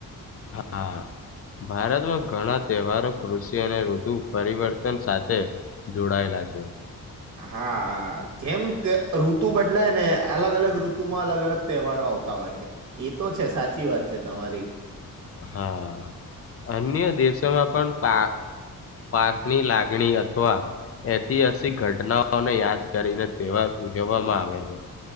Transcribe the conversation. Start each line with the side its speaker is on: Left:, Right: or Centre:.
Left: હા. ભારતમાં ઘણા તહેવારો કૃષિ અને ઋતુ પરિવર્તન સાથે જોડાયેલા છે.
Right: હા જેમ તે ઋતુ બદલાય ને અલગ અલગ ઋતુ માં અલગ અલગ તહેવારો આવે હોતા હોય છે એ તો છે સાચી વાત છે તમારી.
Left: હા અન્ય દેશોમાં પણ પા પાકની લાગણી અથવા, ઐતિહાસિક ઘટનાઓને યાદ કરીને તહેવાર ઉજવવામાં આવે છે.